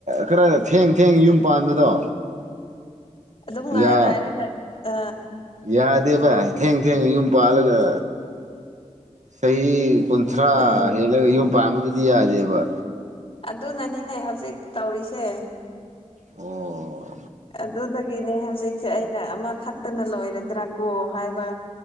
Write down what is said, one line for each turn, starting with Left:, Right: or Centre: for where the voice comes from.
Right: ꯈꯔ ꯊꯦꯡ ꯊꯦꯡ ꯌꯨꯝ ꯄꯥꯟꯕꯗꯣ
Left: ꯑꯗꯨꯝ ꯉꯥꯏ
Right: ꯌꯥ
Left: ꯉꯥꯏꯔꯒ ꯑ
Right: ꯌꯥꯗꯦꯕ ꯊꯦꯡ ꯊꯦꯡꯅ ꯌꯨꯝ ꯄꯥꯜꯂꯒ ꯆꯍꯤ ꯀꯨꯟꯊ꯭ꯔꯥ
Left: ꯎꯝ
Right: ꯍꯦꯜꯂꯒ ꯌꯨꯝ ꯄꯥꯟꯕꯗꯨꯗꯤ ꯌꯥꯗꯦꯕ
Left: ꯑꯗꯨꯅꯅꯤꯅꯦ ꯍꯧꯖꯤꯛ ꯇꯧꯔꯤꯁꯦ
Right: ꯑꯣ
Left: ꯑꯗꯨꯗꯒꯤꯅꯤ ꯍꯧꯖꯤꯛꯁꯦ ꯑꯩꯅ ꯑꯃꯈꯛꯇꯅ ꯂꯣꯏꯔꯗ꯭ꯔꯥ ꯀꯣ ꯍꯥꯏꯕ